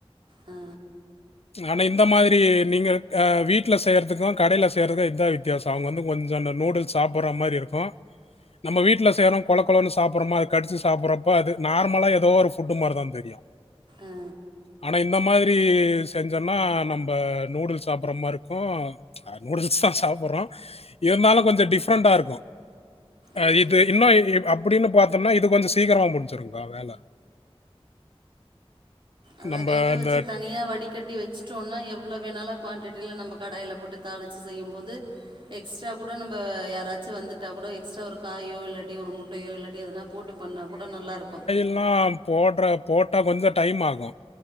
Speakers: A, on the right; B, on the left.
A: அ
B: ஆனா இந்த மாதிரி நீங்க அ வீட் ல செய்றதுக்கு கடையில செய்றதுக்கு இதா வித்தியாசோ அவங்க வந்து கொஞ்சோ அந்த நூடுல்ஸ் சாப்ட்ற மாரி இருக்கு நம்ம வீட்ல செய்றோ கொழ கொழன்னு சாப்ட்றோமா அது கடிச்சி சாப்டறப்போ அது நார்லாக ஏதோ ஒரு ஃபுட்டு மாரிதா தெரியு
A: அ
B: ஆனா இந்த மாரி செஞ்சோன்னா நம்ப நூடுல்ஸ் சாப்ட்ற மாரி இருக் கு ஆ நூடுல்ஸ் தா சாப்ட்றோ இருந்தாலு கொஞ்சோ டிஃப்ரெண்ட்டா இருக்கு ஆ
A: ம்
B: இது இன்னு அப்டின்னு பாத்தோன்னா இது கொஞ்சோ சீக்கரமா முடிஞ்சிருக்கா வேல
A: அதா
B: நம்ம
A: வேக வச்சி
B: இந்த
A: தனியா வடிக் கட்டி வச்சிட்டோன்னா எவ்ளோ வேணாலு குவான்டிட்டில நம்ம கடாயில போட்டு தாளிச்சி செய்யும்போது எக்ஸ்ட்ரா கூட நம்ம யாராச்சு வந்துட்டா கூட எக்ஸ்ட்ரா ஒரு காயோ இல்லாட்டி ஒரு முட் டயோ இல்லாட்டி எதனா போட்டு பண்ணா கூட நல்லாருக்கு
B: எல்லா போடுற போட்டா கொஞ்சோ டைம் ஆகு